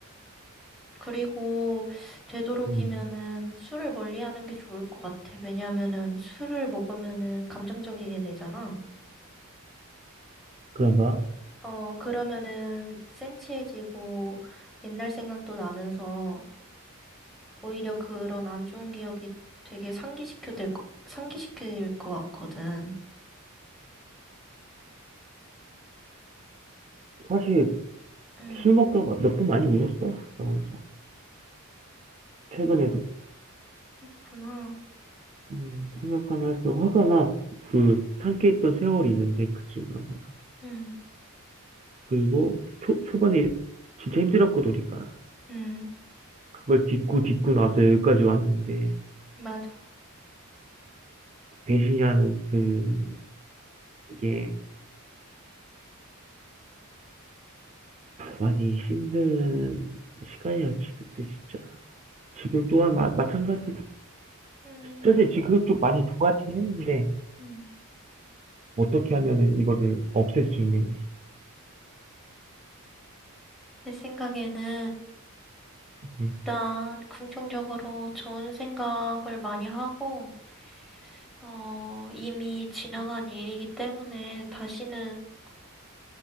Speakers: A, in the centre; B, on the right.
A: 그리고 되도록이면은
B: 음,
A: 술을 멀리하는 게 좋을 것 같아. 왜냐하면은 술을 먹으면은 감정적이게 되잖아.
B: 그런가?
A: 어, 그러면은 센치해지고 옛날 생각도 나면서 오히려 그런 안 좋은 기억이 되게 상기시켜 될 거, 상기시킬 것 같거든.
B: 사실
A: 응,
B: 술 먹다가 몇 번 많이 울었어. 나 혼자. 최근에도.
A: 그렇구나.
B: 음, 생각하면 할수록 화가 나. 그 함께 했던 세월이 있는데 그 친구랑 나랑.
A: 응,
B: 그리고 초, 초반에 진짜 힘들었거든 우리가.
A: 응,
B: 그걸 딛고 딛고 나서 여기까지 왔는데
A: 맞아.
B: 배신이라는 그 이게 많이 힘든 시간이었지 그때 진짜 지금 또한 마, 마찬가지
A: 음,
B: 사실 지금 좀 많이 좋아지긴 했는데
A: 음.
B: 어떻게 하면은 이거를 없앨 수 있는지
A: 내 생각에는
B: 음,
A: 일단 긍정적으로 좋은 생각을 많이 하고 어, 이미 지나간 일이기 때문에 다시는,